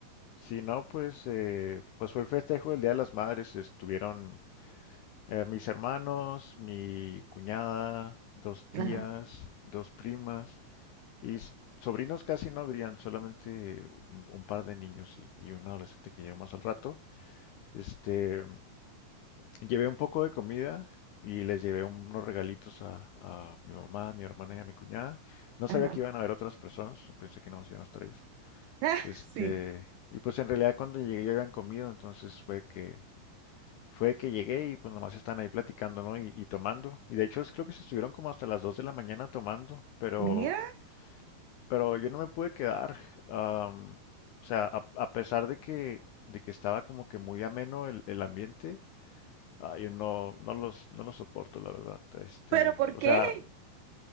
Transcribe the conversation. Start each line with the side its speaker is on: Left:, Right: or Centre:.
Left: Si no, pues, eh, pues fue el festejo del Día de las Madres, estuvieron eh, mis hermanos, mi cuñada, dos tías,
Right: Ajá,
Left: dos primas y s- sobrinos casi no habrían, solamente un, un par de niños y, y un adolescente que llegó más al rato. Este, Llevé un poco de comida y les llevé unos regalitos a, a mi mamá, a mi hermana y a mi cuñada. No
Right: ajá.
Left: sabía que iban a haber otras personas, pensé que no más iban a estar ellas.
Right: <laughs> Ah,
Left: Este,
Right: sí.
Left: y pues en realidad cuando llegué ya habían comido, entonces fue que fue que llegué y pues nomás están ahí platicando, ¿no? Y, y tomando. Y de hecho es- creo que se estuvieron como hasta las 2 de la mañana tomando, pero
Right: Mira,
Left: pero yo no me pude quedar. am, o sea, a, a pesar de que de que estaba como que muy ameno el el ambiente, Ah, yo no, no los, no los soporto, la verdad. Este,
Right: pero ¿por
Left: o
Right: qué?
Left: sea,